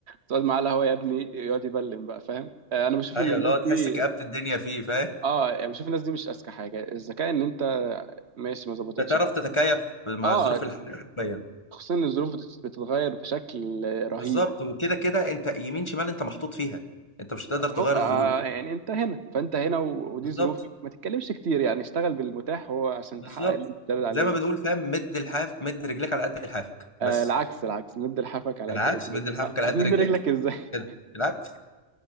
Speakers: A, on the right; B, on the left.
A: تقعد معاه القهوة يا ابني يقعد يبلم بقى فاهم آه، انا بشوف
B: ايوه
A: ان الناس
B: اللي هو تحس
A: دي
B: كآبة الدنيا فيه فاهم
A: اه يعني بشوف الناس دي مش اذكى حاجة الذكاء ان انت ماشي ما ظبطتش
B: انت تعرف
A: عادي
B: تتكيف مع
A: اه
B: الظروف الحاليه حرفيا
A: خصوصا ان الظروف بتت- بتتغير بشكل رهيب
B: بالظبط وكده كده انت يمين شمال انت محطوط فيها انت مش هتقدر تغير
A: هو آه
B: الظروف
A: يعني انت هنا فانت هنا و- ودي
B: بالظبط
A: ظروفك ما تتكلمش كتير يعني اشتغل بالمتاح هو عشان
B: بالظبط
A: تحقق اللي انت بتدل عليه
B: زي ما بنقول فاهم مد الحاف مد رجليك على قد لحافك بس
A: آه العكس العكس مد لحافك على
B: العكس
A: قد رجليك
B: مد لحافك
A: آه
B: على
A: هتمد
B: قد رجليك
A: رجلك ازاي <laughs>
B: كده العكس